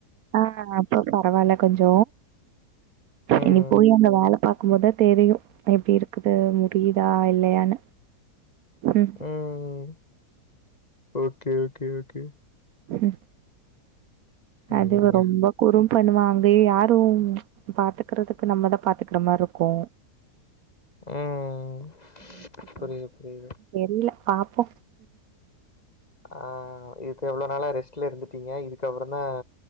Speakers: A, on the right; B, on the left.
A: ஆ அப்ப பரவால்ல கொஞ்ச
B: ம்
A: இனி போயி அங்க வேல பாக் கு போதா தெரியு எப்டி இருக்குது முடியுதா இல்லையானு ம்
B: ம் ஓகே ஓகே ஓகே
A: ம்
B: சேரிங்க
A: அது ரொம்ப குறும் பண்ணுவா அங்கயு யாரு பாத்துக்குறதுக்கு நம்மதா பாத்துக்குற மார்ருக்கு
B: ம்
A: <inaudible>
B: புரியுது புரியுது
A: தெரில பாப்போ
B: ஆ இது எவ்ள நாளா ரெஸ்ட்ல இருந்துட்டீங்க இதுக்கப்றோ தா